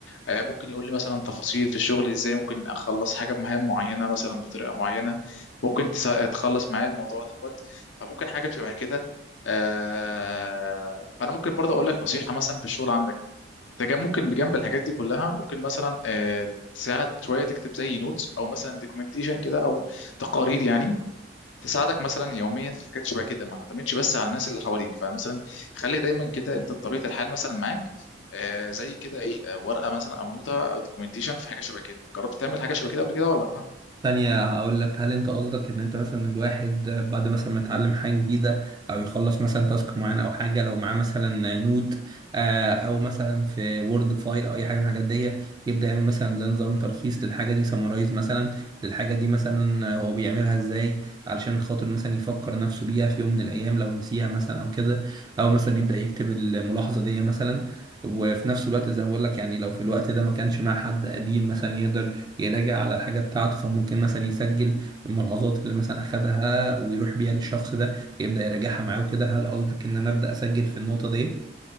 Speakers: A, on the left (about 75°); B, on the right (about 20°).
A: آه، ممكن يقول لي مثلا تفاصيل في الشغل ازاي ممكن اخلص حاجه بمهام معينه مثلا بطريقه معينه ممكن تس- تخلص معايا الموضوع دوت فممكن حاجه شبه كده آه، فانا ممكن برضه اقول لك نصيحه مثلا في الشغل عندك انت جا- ممكن بجنب الحاجات دي كلها ممكن مثلا آه، تساعد شويه تكتب زي نوتس او مثلا دوكيومنتيشن كده او تقارير يعني تساعدك مثلا يوميا في حاجات شبه كده ما تعتمدش بس على الناس اللي حواليك فمثلا خلي دايما كده انت طبيعه الحال مثلا معاك آه زي كده ايه آه، ورقه مثلا او نوته او دوكيومنتيشن في حاجه شبه كده جربت تعمل حاجه شبه كده قبل كده ولا لا
B: تانية هقول لك هل انت قصدك ان انت مثلا الواحد بعد مثلا ما يتعلم حاجة جديدة او يخلص مثلا تاسك معين او حاجة لو معاه مثلا نوت آه، او مثلا في وورد فايل او اي حاجة من الحاجات دي يبدأ يعمل مثلا زي نظام تلخيص للحاجة دي سمرايز مثلا للحاجة دي مثلا هو بيعملها ازاي علشان خاطر مثلا يفكر نفسه بيها في يوم من الايام لو نسيها مثلا او كده او مثلا يبدأ يكتب الملاحظة دي مثلا وفي نفس الوقت زي ما بقول لك يعني لو في الوقت ده ما كانش مع حد قديم مثلا يقدر يراجع على الحاجة بتاعته فممكن مثلا يسجل الملاحظات اللي مثلا أخدها ويروح بيها للشخص ده يبدأ يراجعها معاه وكده هل قصدك إن أنا أبدأ أسجل في النقطة دي؟